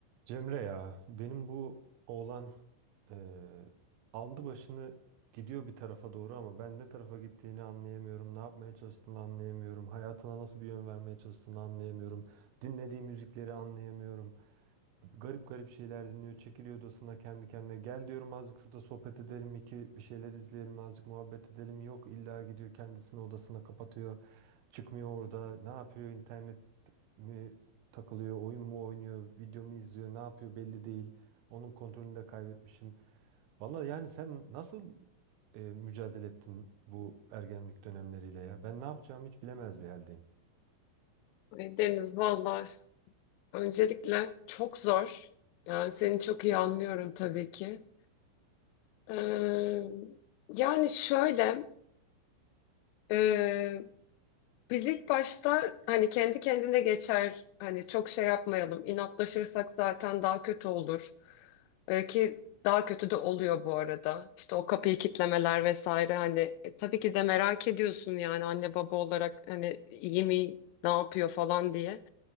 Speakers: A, on the right (about 85°); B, on the left (about 85°).
A: Cemre ya benim bu oğlan eee, aldı başını gidiyor bir tarafa doğru ama ben ne tarafa gittiğini anlayamıyorum. Ne yapmaya çalıştığını anlayamıyorum. Hayatına nasıl bir yön vermeye çalıştığını anlayamıyorum. Dinlediği müzikleri anlayamıyorum. Garip garip şeyler dinliyor. Çekiliyor odasına kendi kendine. Gel diyorum azıcık şurada sohbet edelim iki bir şeyler izleyelim azıcık muhabbet edelim. Yok illa gidiyor kendisini odasına kapatıyor. Çıkmıyor orada. Ne yapıyor internet mi takılıyor, oyun mu oynuyor, video mu izliyor, ne yapıyor belli değil. Onun kontrolünü de kaybetmişim. Valla yani sen nasıl e, mücadele ettin bu ergenlik dönemleriyle ya? Ben ne yapacağımı hiç bilemez bir haldeyim.
B: Ay Deniz vallahi öncelikle çok zor. Yani seni çok iyi anlıyorum tabii ki. Ee, yani şöyle e, biz ilk başta hani kendi kendine geçer hani çok şey yapmayalım inatlaşırsak zaten daha kötü olur Ee, ki daha kötü de oluyor bu arada. İşte o kapıyı kitlemeler vesaire hani e, tabii ki de merak ediyorsun yani anne baba olarak hani iyi mi ne yapıyor falan diye.